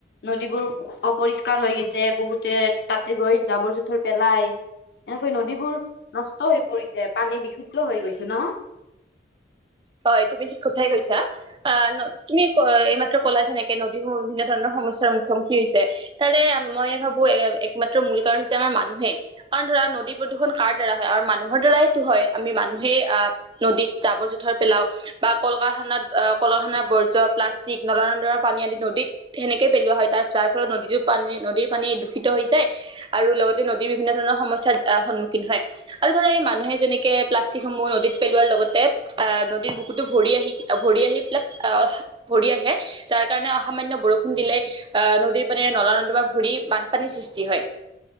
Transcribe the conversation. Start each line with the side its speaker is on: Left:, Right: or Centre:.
Left: নদীবোৰ অপৰিষ্কাৰ হৈ গৈছে, বহুতে তাতে গৈ জাবৰ-জোথৰ পেলাই। এনেকৈ নদীবোৰ নষ্ট হৈ পৰিছে পানী বিশুদ্ধ হৈ গৈছে ন'?
Right: হয়, তুমি ঠিক কথাই কৈছা। অ', তুমি এইমাত্ৰ ক'লা যেনেকে নদীবোৰ বিভিন্ন ধৰণৰ সমস্যয়াৰ মুখামুখি হৈছে। তাৰে মই ভাবো এ একমাত্ৰ মূল কাৰণ হৈছে আমাৰ মানুহেই। কাৰণ ধৰা নদী প্ৰদূষণ কাৰ দ্বাৰা হয়, আৰু মানুহৰ দ্বাৰাইতো হয়, আমি মানুহেই আহ নদীত জাবৰ-জোথৰ পেলাওঁ, বা ক'ল কাৰখানাত ক'ল কাৰখানাৰ বৈ যোৱা প্লাষ্টিক নলা-নৰ্দমা পানী আদি নদীত সেনেকে পেলোৱা হয় তাৰ, তাৰ ফলত নদীটো পানী নদীৰ পানী দূষিত হৈ যায়। আৰু লগতে নদীৰ বিভিন্ন ধৰণৰ সমস্যাৰ সন্মুখীন হয় আৰু ধৰা মানুহে যেনেকে প্লাষ্টিক সমূহ নদীত পেলোৱাৰ লগতে এ, নদীৰ বুকুটো ভৰি আহি ভৰি আহি এই বিলাক আহ ভৰি আহে। যাৰ কাৰণে অ', সামান্য বৰষুণ দিলেই অহ, নদীৰ পানী-নলা নৰ্দমাত পৰি বানপানীৰ সৃষ্টি হয়।